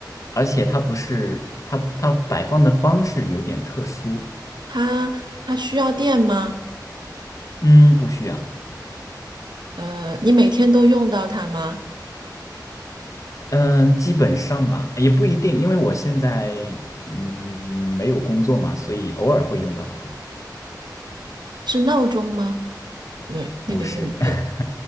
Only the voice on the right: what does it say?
它它需要电吗？
呃，你每天都用到它吗？
是闹钟吗？不对，那个用电，